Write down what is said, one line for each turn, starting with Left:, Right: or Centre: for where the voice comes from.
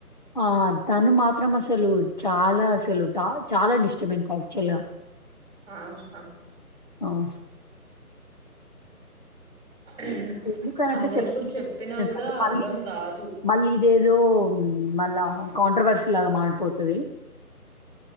Left: ఆ తను మా త్రం అసలు చాలా అసలు డ చాలా డిస్టర్బెన్స్ యాక్చువల్గా
Right: ఆహా
Left: ఆహ్,
Right: ఉఉమ్
Left: ఎందుకనంటే
Right: అదే
Left: చెప్
Right: ఇప్పుడు చెప్పినా గుడా
Left: అంటే
Right: అర్ధం
Left: మళ్ళీ,
Right: గాదు.
Left: మళ్ళీ ఇదేదో మళ్ళా కాంట్రవర్షిల్ లాగా మారిపోతది.